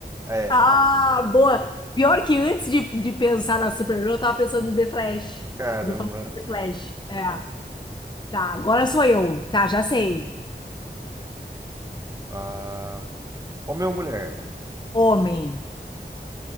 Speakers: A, on the right; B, on the left.
A: É.
B: Ah, boa. Pior que antes de, de pensar na Supergirl, eu tava pensando no The Flash.
A: Caramba.
B: De fazer The Flash. É. Tá, agora sou eu. Tá, já sei.
A: Ah, homem ou mulher?
B: Homem.